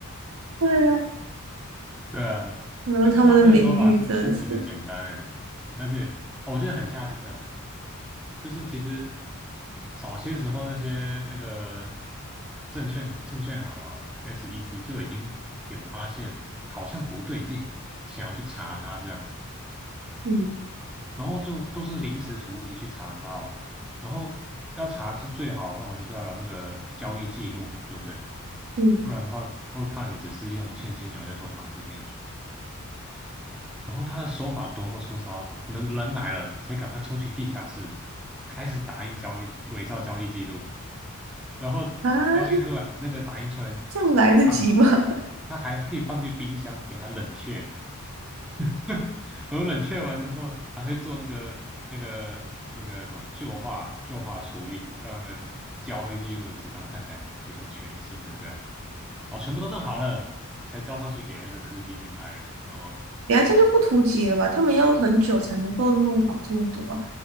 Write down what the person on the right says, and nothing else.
对啊，
然后他们的名誉真的是，
嗯
嗯
啊，这样来得及吗？
<laughs>
等下这样就不图解了吧？他们要很久才能够弄好这么多啊，